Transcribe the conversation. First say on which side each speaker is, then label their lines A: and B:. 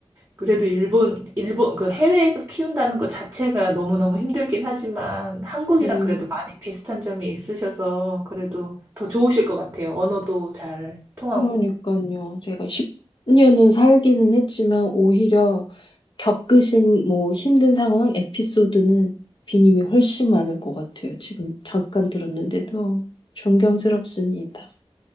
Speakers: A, on the right (about 25°); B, on the left (about 50°).
A: 그래도 일본, 일본, 그 해외에서 키운다는 것 자체가 너무너무 힘들긴 하지만 한국이랑
B: 네.
A: 그래도 많이 비슷한 점이 있으셔서 그래도 더 좋으실 것 같아요. 언어도 잘 통하고.
B: 그러니까요. 제가 10년은 살기는 했지만 오히려 겪으신 뭐 힘든 상황, 에피소드는 비님이 훨씬 많을 것 같아요. 지금 잠깐 들었는데도 존경스럽습니다.